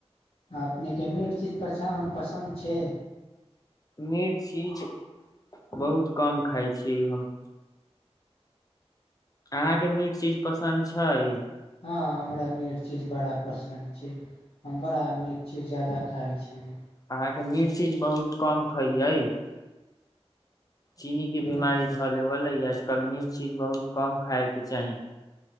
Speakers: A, on the left (about 65°); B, on the left (about 35°).
A: अपनेके मीठ चीज पछान पसन्द छै।
B: मीठ चीज बहुत कम खाइ छियै हम। अहाँके मीठ चीज पस् संद छैय।
A: हँ हमरा मट छी बड़ा पसन्द छै। बड़ा मीठ चज जादा खाइ छै।
B: अहाँके मिठ चीज बहुत कम खइयै। चीनी
A: न
B: के बीमारी धऽले बलै य। आज कल म चीज बहुत कम खाायके चाही।